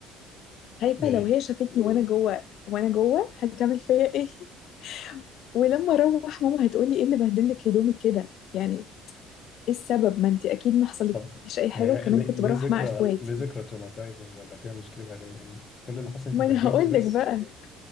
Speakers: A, on the left; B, on the left.
A: خايفه
B: ايه
A: لو هي شافتني وانا جوه وانا جوه هتعمل فيا ايه <laughs> ولما اروح ماما هتقولي ايه اللي بهدلك هدومك كده يعني ايه السبب ما انت اكيد ما حصلكيش
B: طب
A: اي حاجه
B: هي
A: وكمان
B: ليه
A: كنت
B: ليه
A: بروح
B: ذكرى
A: مع اخواتي
B: ليه ذكرى تروماتايزنج ولا فيها مشكلة ليه؟ يعني كل اللي حصل انت
A: ما
B: اتبهدلتي
A: انا هقول
B: بس
A: لك بقى